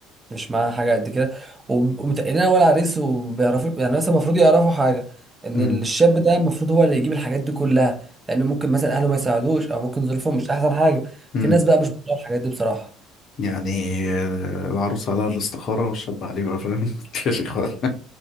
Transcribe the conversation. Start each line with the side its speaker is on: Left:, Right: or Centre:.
Right: مش معاها حاجه قد كده وبيبقوا متقلين على العريس وبيعرفوا يعني مثلا المفروض يعرفوا حاجه ان
Left: امم
Right: الشاب ده المفروض هو اللي يجيب الحاجات دي كلها لان ممكن مثلا اهله ما يساعدوش او ممكن ظروفهم مش احسن حاجه
Left: امم
Right: في ناس بقى مش بتطلع الحاجات دي بصراحه
Left: يعني آه، العروس على الاستخارة والشاب عليه بقى فاهم <laughs> الاستخارة